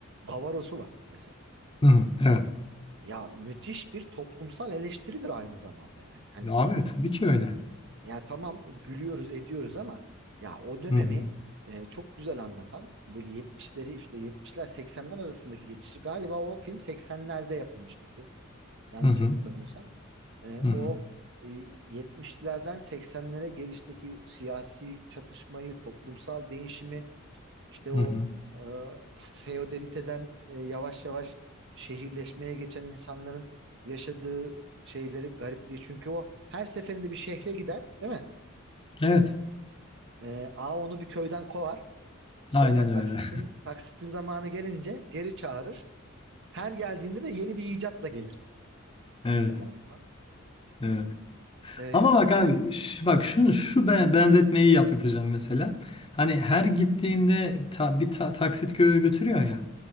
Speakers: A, on the right; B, on the left.
A: Davaros'u var mesela.
B: Hı hı, evet.
A: Ya müthiş bir toplumsal eleştiridir aynı zamanda yani. Hani
B: Abi tabii ki öyle.
A: ya tamam gülüyoruz ediyoruz ama ya o dönemi
B: Hı hı,
A: e, çok güzel anlatan böyle 70'leri işte 70'ler 80'ler arasındaki geçişi galiba o film 80'lerde yapılmış bir film. Yanlış
B: hı hı,
A: hatırlamıyorsam. E,
B: hı hı,
A: o e, 70'lerden 80'lere gelişteki siyasi çatışmayı, toplumsal değişimi, işte
B: hı
A: o
B: hı.
A: e, feodaliteden e, yavaş yavaş şehirleşmeye geçen insanların yaşadığı şeyleri, garipliği. Çünkü o her seferinde bir şehre gider, değil mi?
B: Evet.
A: E, A onu bir köyden kovar. Sonra
B: Aynen
A: taksitin
B: öyle.
A: taksitin zamanı gelince geri çağırır. Her geldiğinde de yeni bir icatla gelir
B: <laughs> Evet.
A: Kemal Sunal.
B: Evet.
A: E,
B: Ama bak abi ş- bak şunu şu be- benzetmeyi yap yapacağım mesela. Hani her gittiğinde ta- bir ta- taksit gö- götürüyor ya.